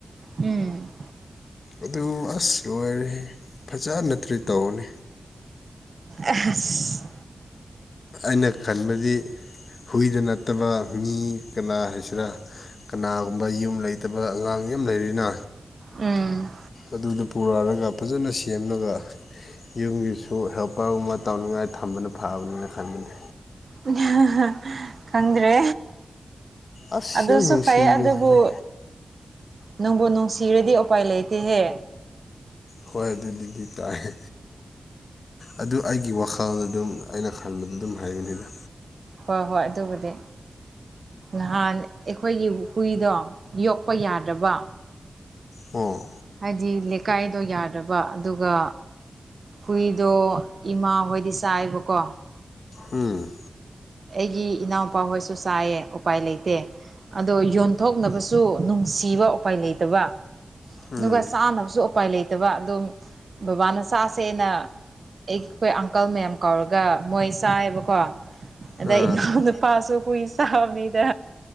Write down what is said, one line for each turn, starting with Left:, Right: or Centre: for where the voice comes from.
Right: ꯎꯝ
Left: ꯑꯗꯨ ꯑꯁ ꯂꯣꯏꯔꯦ ꯐꯖꯅ ꯇ꯭ꯔꯤꯠ ꯇꯧꯅꯤ
Right: ꯑꯦꯍꯁ
Left: ꯑꯩꯅ ꯈꯟꯕꯗꯤ ꯍꯨꯢꯗ ꯅꯠꯇꯕ ꯃꯤ ꯀꯅꯥ ꯍꯥꯢꯁꯤꯔꯥ ꯀꯅꯥꯒꯨꯝꯕ ꯌꯨꯝ ꯂꯩꯇꯕ ꯑꯉꯥꯡ ꯌꯝ ꯂꯩꯔꯤꯅ꯫
Right: ꯎꯝ
Left: ꯑꯗꯨꯗ ꯄꯨꯔꯛꯔꯒ ꯐꯖꯅ ꯁꯦꯝꯂꯒ ꯌꯨꯝꯒꯤꯁꯨ ꯍꯦꯜꯄꯔꯒꯨꯝꯕ ꯇꯧꯅꯤꯡꯉꯥꯏ ꯊꯝꯕꯅ ꯐꯕꯅꯤꯅ ꯈꯟꯕꯅꯤ
Right: <unintelligible> ꯈꯪꯗ꯭ꯔꯦ
Left: ꯑꯁ
Right: ꯑꯗꯨꯁꯨ
Left: ꯌꯥꯝ ꯅꯨꯡꯁꯤꯕꯅꯤ
Right: ꯐꯥꯏ ꯑꯗꯨꯕꯨ ꯅꯪꯕꯨ ꯅꯨꯡꯁꯤꯔꯗꯤ ꯎꯄꯥꯏ ꯂꯩꯇꯦꯍꯦ
Left: ꯍꯣꯢ ꯗꯨꯗꯨꯗꯤ ꯇꯥꯢꯍꯦ꯫ ꯑꯗꯨ ꯑꯩꯒꯤ ꯋꯥꯈꯜꯗ ꯗꯨꯝ ꯑꯩꯅ ꯈꯟꯕꯗ ꯗꯨꯝ ꯍꯥꯢꯕꯅꯤꯗ꯫
Right: ꯍꯣꯢ ꯍꯣꯢ ꯑꯗꯨꯕꯨꯗꯤ ꯅꯍꯥꯟ ꯑꯩꯈꯣꯏꯒꯤ ꯍꯨꯏꯗꯣ ꯌꯣꯛꯄ ꯌꯥꯗꯔꯕ
Left: ꯎꯝ
Right: ꯍꯥꯢꯗꯤ ꯂꯦꯀꯥꯢꯗꯣ ꯌꯥꯗ꯭ꯔꯕ ꯑꯗꯨꯒ ꯍꯨꯏꯗꯣ ꯏꯃꯥꯍꯣꯏꯗꯤ ꯆꯥꯏꯕꯀꯣ
Left: ꯎꯝ
Right: ꯑꯩꯒꯤ ꯏꯅꯥꯎꯄꯥ ꯍꯣꯏꯁꯨ ꯆꯥꯏꯌꯦ ꯎꯄꯥꯏ ꯂꯩꯇꯦ ꯑꯗꯣ ꯌꯣꯟꯊꯣꯛꯅꯕꯁꯨ ꯗꯨ ꯅꯨꯡꯁꯤꯕ ꯎꯄꯥꯏ ꯂꯩꯇꯕ ꯑꯗꯨꯒ
Left: ꯎꯝ
Right: ꯆꯥꯅꯕꯁꯨ ꯎꯄꯥꯏ ꯂꯩ ꯇꯕ ꯑꯗꯨꯝ ꯕꯕꯥꯅ ꯆꯥꯁꯦꯅ ꯑꯩꯈꯣꯢ ꯑꯪꯀꯜ ꯃꯌꯥꯝ ꯀꯧꯔꯒ ꯃꯣꯢ ꯆꯥꯢꯌꯦꯕꯀꯣ꯫ ꯑꯗꯩ
Left: ꯑꯥ
Right: ꯏꯅꯎꯅꯨꯄꯥꯁꯨ ꯍꯨꯢꯁ ꯆꯥꯕꯅꯤꯗ